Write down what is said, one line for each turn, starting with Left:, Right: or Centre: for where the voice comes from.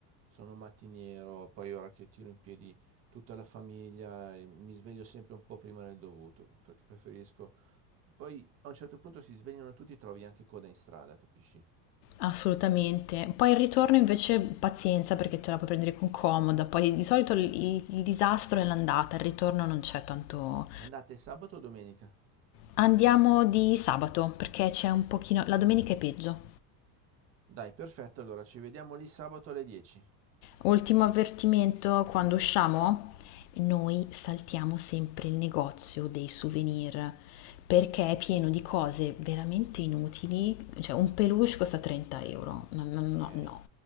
Right: sono mattiniero, poi ora che tiro in piedi tutta la famiglia e mi sveglio sempre un po' prima del dovuto, perché preferisco... Poi a un certo punto si svegliano tutti e trovi anche coda in strada, capisci?
Left: Assolutamente. Poi il ritorno invece pazienza perché te la puoi prendere con comoda, poi di solito il, il- il disastro è l'andata, il ritorno non c'è tanto...
Right: Andate sabato o domenica?
Left: Andiamo di sabato perché c'è un pochino... La domenica è peggio.
Right: Dai, perfetto, allora ci vediamo lì sabato alle 10.
Left: Ultimo avvertimento, quando usciamo noi saltiamo sempre il negozio dei souvenir perché è pieno di cose veramente inutili, cioè un peluche costa 30 euro, no, no,
Right: Ok,
Left: no, no.